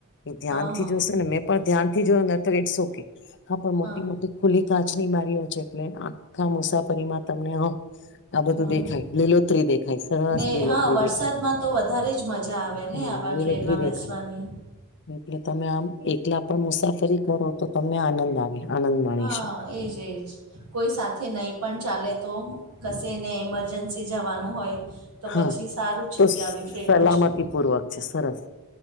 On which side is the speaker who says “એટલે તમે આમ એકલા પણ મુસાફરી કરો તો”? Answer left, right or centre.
Left